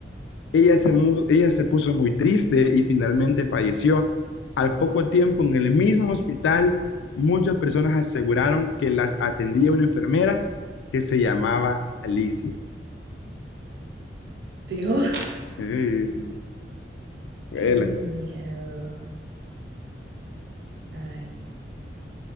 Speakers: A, on the left; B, on the right.
A: Ella se, mu- ella se puso muy triste y finalmente falleció. Al poco tiempo, en el mismo hospital, muchas personas aseguraron que las atendía una enfermera que se llamaba Alicia.
B: Dios.
A: Eh, huela.
B: Qué miedo. Ay, no.